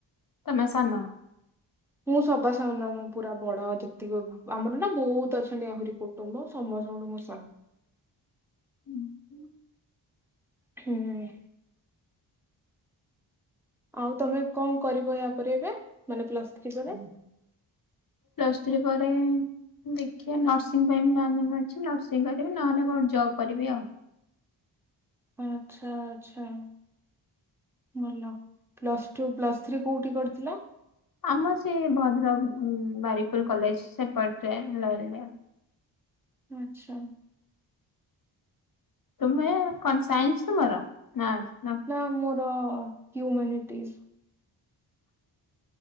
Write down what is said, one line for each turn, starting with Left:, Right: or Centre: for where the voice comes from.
Left: ତମେ ସାନ।
Centre: ମୁଁ ସବାସାନ ମ ପୁରା ବଡ ଯେତିକି ଆମର ନା ବହୁତ ଅଛନ୍ତି ଆହୁରି କୋ ତମ ସମସ୍ତଠୁ ମୁଁ ସାନ।
Left: ହୁଁ ହୁଁ।
Centre: ହୁଁ। ଆଉ ତମେ କଣ କରିବ ୟା ପରେ ଏବେ ମାନେ ପ୍ଲସ ଥ୍ରୀ ପରେ?
Left: ପ୍ଲସ ଥ୍ରୀ ପରେ ଦେଖିବା ନର୍ସିଂ ପାଇଁ ପ୍ଲାନିଂ ଅଛି ନର୍ସିଂ କରିବି ନହେଲେ କୋଉଠି ଜବ୍ କରିବି ଆଉ।
Centre: ଆଚ୍ଛା ଆଚ୍ଛା। ଭଲ ପ୍ଲସ୍ ଟୁ ପ୍ଲସ ଥ୍ରୀ କୋଉଠି କରିଥିଲ?
Left: ଆମ ସେଇ ଭଦ୍ରକ ଉଁ ବାରିପୁର କଲେଜ ସେପଟରେ। <unintelligible>
Centre: ଆଚ୍ଛା।
Left: ତୁମେ କଣ ସାଇନ୍ସ ତୁମର ନା
Centre: ନା ମୋର ହ୍ୟୁମାନିଟିସ୍।